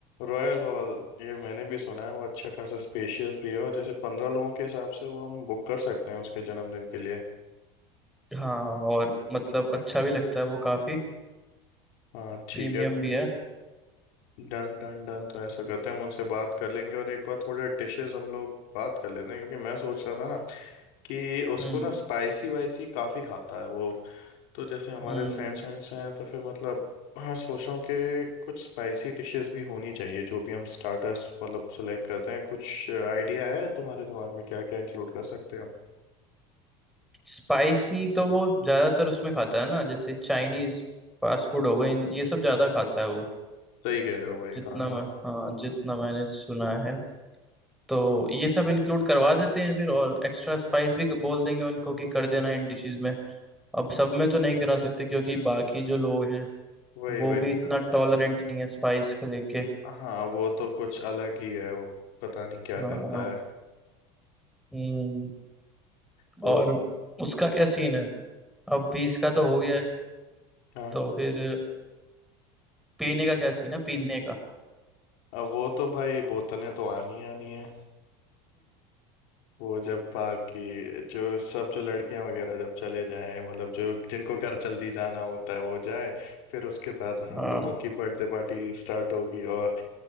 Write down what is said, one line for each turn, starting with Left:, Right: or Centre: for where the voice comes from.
Left: रॉयल हॉल ये मैंने भी सुना है वो अच्छा खासा स्पेशियस भी है और जैसे पंद्रह लोगों के हिसाब से वो हम बुक कर सकते हैं उसके जन्मदिन के लिए
Centre: हाँ और मतलब अच्छा भी लगता है वो काफी
Left: हाँ ठीक
Centre: प्रीमियम
Left: है
Centre: भी है
Left: डन डन डन तो ऐसा करते हैं हम उनसे बात कर लेंगे और एक बार थोड़े डिशेस हम लोग बात कर लेते हैं क्योंकि मैं सोच रहा था ना कि उसको
Centre: हम्म
Left: ना स्पाइसी वाइसी काफ़ी खाता है वो तो जैसे हमारे
Centre: हम्म
Left: फ्रेंड्स वेंड्स हैं तो फिर मतलब हाँ सोचो कि कुछ स्पाइसी डिशेस भी होनी चाहिए जो भी हम स्टार्टर्स मतलब सेलेक्ट करते हैं कुछ आइडिया है तुम्हारे दिमाग में क्या क्या इंक्लूड कर सकते हैं हम
Centre: स्पाइसी तो वो ज्यादातर उसमें खाता है ना जैसे चाइनीज फास्ट फूड हो गए इन- ये सब ज्यादा खाता है वो
Left: सही कह रहे हो भाई
Centre: जितना
Left: हाँ हाँ
Centre: मैं हाँ जितना मैंने सुना है तो ये सब इंक्लूड करवा देते हैं फिर और एक्स्ट्रा स्पाइस भी बोल देंगे उनको कि कर देना इन डिशेस में अब सब में तो नहीं करा सकते क्योंकि बाकी जो लोग हैं
Left: वही
Centre: वो
Left: वही
Centre: भी इतना
Left: सर
Centre: टॉलरेंट नहीं है स्पाइस को लेके
Left: हाँ वो तो कुछ अलग ही है वो पता नहीं क्या
Centre: हाँ
Left: करता है
Centre: हम्म
Left: तो
Centre: और उसका क्या सीन है अब बीस का तो हो गया है
Left: हाँ
Centre: तो फिर पीने का क्या सीन है पीने का
Left: अब वो तो भाई बोतलें तो आनी ही आनी है वो जब बाकी जो सब जो लड़कियां वगैरह जब चले जाएं मतलब जो जिनको घर जल्दी जाना होता है वो जाए फिर उसके बाद
Centre: <laughs>
Left: हम
Centre: हाँ
Left: लोगों की बर्थडे पार्टी स्टार्ट होगी और